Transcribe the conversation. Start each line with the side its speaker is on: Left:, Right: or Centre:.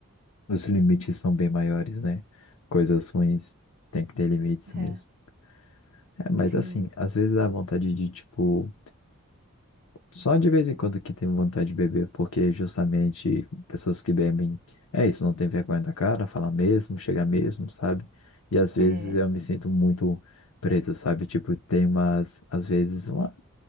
Left: os limites são bem maiores, né? Coisas ruins tem que ter limites
Right: É,
Left: mesmo. É, mas
Right: sim.
Left: assim, às vezes dá vontade de, tipo, Só de vez em quando que tenho vontade de beber, porque justamente pessoas que bebem, é isso, não tem vergonha da cara, falar mesmo, chegar mesmo, sabe? E às vezes
Right: É.
Left: eu me sinto muito preso, sabe? Tipo, tem umas, às vezes, uma